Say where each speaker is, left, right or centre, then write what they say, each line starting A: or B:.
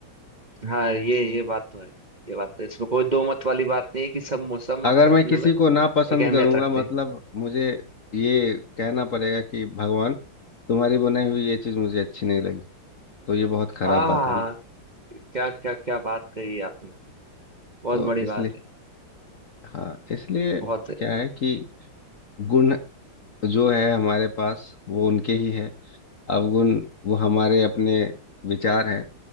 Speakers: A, on the right; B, on the left.
A: हाँ ये ये बात तो है ये बात तो है इसमें कोई दो मत वाली बात नहीं है कि सब मौसम
B: अगर
A: अपने
B: मैं
A: अपने
B: किसी
A: में
B: को ना पसंद
A: एक अहमियत
B: करूंगा
A: रखते
B: मतलब
A: हैं
B: मुझे ये कहना पड़ेगा कि भगवान तुम्हारी बनाई हुई ये चीज मुझे अच्छी नहीं लगी तो ये बहुत खराब
A: आह
B: बात है ना
A: क्या क्या क्या बात कही है आपने बहुत
B: तो
A: बड़ी
B: इसलिए
A: बात है
B: हाँ इसलिए
A: बहुत सही
B: क्या
A: बात।
B: है कि गुण जो है हमारे पास वो उनके ही है अवगुण वो हमारे अपने विचार हैं